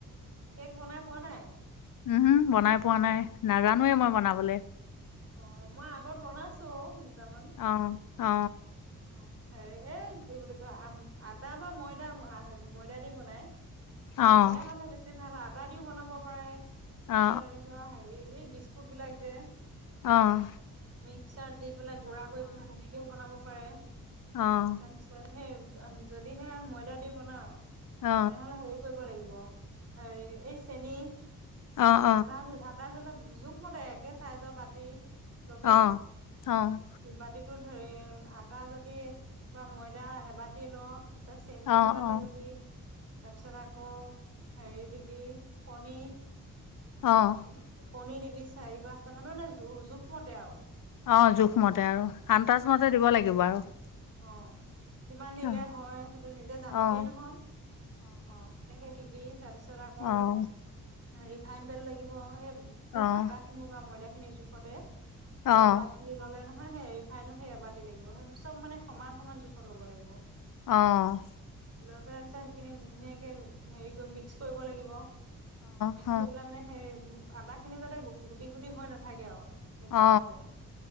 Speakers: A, on the right; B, on the left.
A: কেক বনাই পোৱা নাই?
B: উম, হম বনাই পোৱা নাই নাজানোৱে মই বনাবলে।
A: অ, মই আগত বনাইছো অ দুটামান।
B: অ', অ,
A: অ, হেৰি এই কি বুলি কয় আটা বা ময়দা ময়দা দি বনাই।
B: অ',
A: ময়দা হ'লে বেছি ভাল হয় আটা দিও বনাব পাৰে তাৰপিছত
B: অ',
A: এনেকুৱা হেৰি এই বিস্কুট বিলাক যে
B: অঁ,
A: মিক্সাৰ দি পেলাই গুড়া কৰি পেলাই সেনেকেও বনাব পাৰে।
B: অ',
A: তাৰপিছত সেই যদিহে ময়দা দি বনাও,
B: অ,
A: তেনেহ'লে হেৰি কৰিব লাগিব, হেৰি এই চেন
B: অ',
A: আটা জো ধৰি লও জোখমতে একে চাইজৰ বাতি লবি
B: অ', অ', অ',
A: বাতিটো হেৰি আটা যদি বা ময়দা এবাতি ল তাৰপিছত চেনিও
B: অ',
A: এবতি লবি তাৰপিছত আকৌ হেৰি দিবি কনী,
B: অ',
A: সেই কণী দিবি চাৰি পাঁচটা মান মানে জোখমতে আৰু।
B: অ, জোখমতে আৰু আন্তাজ মতে দিব লাগিব আৰু।
A: অ, কিমান দিলে
B: অ',
A: হয় সেইটো নিজে জানিবিয়ে
B: অ',
A: নহয়। অ' সনেকে দিবি তাৰপিছত আকৌ
B: অ',
A: ৰিফাইন তেল লাগিব সেই
B: অ',
A: আটা খিনি বা ময়দাখিনিৰ জোখতে।
B: অ',
A: সেই
B: অ',
A: এবাতি ললে নহয় সেই ৰিফাইনো সেই এবাতি লাগিব সেই চব মানে সমান-সমান জোখত ল'ব লাগিব।
B: অঁ,
A: লৈ পেলাই তপছত সেইখিনি ধুনীয়াকে হেৰি মিক্স কৰিব লাগিব। মিক্স
B: অ', অ', অ', অ', অ',
A: কৰি পেলাই মানে সেই আদা খিনি যাতে গ গুটি গুটি হৈ নাথাকে আৰু। মিক্স
B: অ', অ',
A: কৰোতে